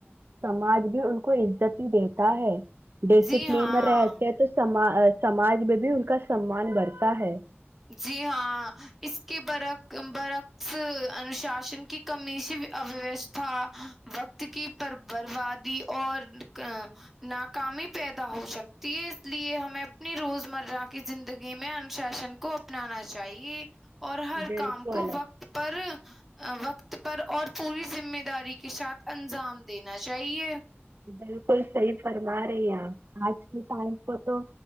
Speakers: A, on the right; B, in the centre.
A: سماج بھی ان کو عزت ہی دیتا ہے ڈسپلین
B: جی ہاں
A: رہتے ہیں تو سماج سماج میں بھی ان کا سمان بڑھتا ہے
B: جی ہاں اس کے برک برعکس انوشاسن کی کمیشی اویستھا وقت کی پر بربادی اور ناکامی پیدا ہو سکتی ہے اس لیے ہمیں اپنی روز مرہ کی زندگی میں انوشاسن کو اپنانا چاہیے اور ہر
A: بالکل
B: کام کو وقت پر وقت پر اور پوری ذمہ داری کے ساتھ انجام دینا چاہیے
A: بالکل صحیح فرما رہی آپ آج کے ٹائم پر تو